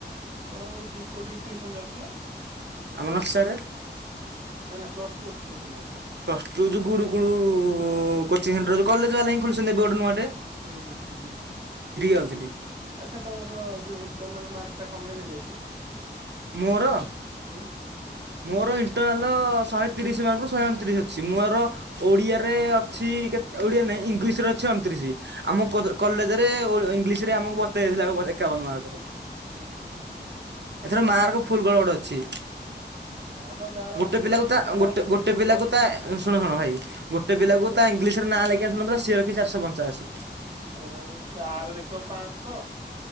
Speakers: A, on the right; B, on the right.
A: ତର ଏଇଠି କୋଉଠି ଟିଉସନ ଯାଉଥିଲ?
B: ଆମ ନଶାରେ
A: ନାଇଁ ନା ପ୍ଲସ ଟୁ କୋଉଠି ଟ୍ୟୁସନ ଯାଉଥିଲ।
B: ପ୍ଲସ ଗୁରୁକୁଳୁ କୋଚିଂ ସେଣ୍ଟରଉ କଲେଜ ବାଲା ହିଁ ଖୋଲିଛନ୍ତି ଏବେ ଗୋଟେ ନୁଆଟେ।
A: ହୁଁ ହୁଁ ହୁଁ ହୁଁ।
B: ଯାଉଥିଲି
A: ଆଚ୍ଛା ତମର ଏଇ ଯୋଉ ଇଣ୍ଟରନାଲ ମାର୍କ ଟା କମେଇ ଦେଲେ କି?
B: ମୋର
A: ହ
B: ମୋର ଇଣ୍ଟରନାଲ ଶହେ ତିରିଶ ମାର୍କରୁ ଶହେ ଅଣତିରିଶ ଅଛି ମଁର ଓଡିଆରେ ଓଡିଆ ନାଇଁ ଇଂଲିଶରେ ଅଛି ଅଣତିରିଶ
A: ହୁଁ।
B: ଆମ କଲେଜ ଇଂଲିଶ ରେ ଆମକୁ ବତେଇାଇଥିଲା ଏକାବନ ମାର୍କର
A: ହୁଁ ହୁଁ ହୁଁ।
B: ଏଥର ମାର୍କ ଫୁଲ ଗୋଳ ଗଡେ ଅଛି।
A: ହଁ ବା ଯାହାର
B: ଗୋଟେ
A: ଆସିନି
B: ପିଲାକୁ
A: ଆସିନି
B: ତା
A: ଯାହାର
B: ଗୋଟେ
A: ଆସିଛି
B: ଗୋଟେ
A: ଖାଲି
B: ପିଲାକୁ
A: ଟପ୍
B: ତା
A: ପାଠ ମାର୍କ
B: ଶୁଣ ଶୁଣ ଭାଇ ଗୋଟେ
A: ଦେଇଛି।
B: ପିଲାକୁ ତା ଇଂଲିଶ ନାଁ ଲେଖି ଆସୁନି ସେ ରଖିଛି ଚାରିଶହ ପଞ୍ଚାଅଶି।
A: ଆରେ ଭାଇ ଯାହାର ଦେଖିବ ପାଞ୍ଚଶହ।